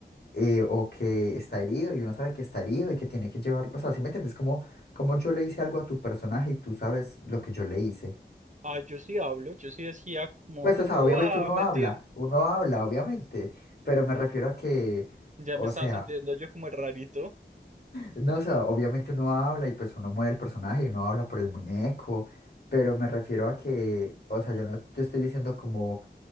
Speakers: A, on the left; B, on the right.
A: eh, o que está herido y uno sabe que está herido y que tiene que llevarlo, o sea, ¿sí me entiendes? Como, como yo le hice algo a tu personaje y tú sabes lo que yo le hice.
B: Ah, yo sí hablo, yo sí decía como,
A: Pues, o sea,
B: ¡guau!
A: obviamente uno
B: Metí
A: habla,
B: el...
A: uno habla, obviamente, pero me refiero a que,
B: Ya
A: o
B: me estaba
A: sea,
B: sintiendo yo como el rarito.
A: no, o sea, obviamente uno habla y pues uno mueve el personaje y uno habla por el muñeco, pero me refiero a que, o sea, yo no te estoy diciendo como,